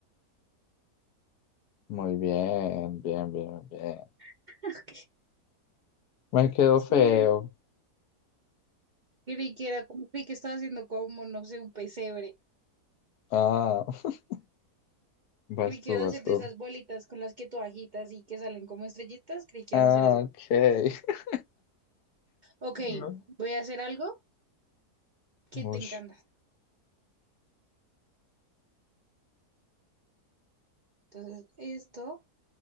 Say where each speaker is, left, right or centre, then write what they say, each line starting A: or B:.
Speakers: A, on the left; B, on the right.
A: Muy bien, bien, bien, bien.
B: <laughs> Ok,
A: Me quedó
B: Sí.
A: feo.
B: Creí que era como, creí que estaba haciendo como, no sé, un pesebre.
A: Ah, <laughs> vas
B: Creí que
A: tú,
B: ibas
A: vas
B: a hacer
A: tú.
B: de esas bolitas con las que tú agitas y que salen como estrellitas. Creí que
A: Ah,
B: ibas a hacer eso.
A: ok. <laughs>
B: Ok,
A: No.
B: voy a hacer algo que
A: Uy.
B: te encanta. Entonces, esto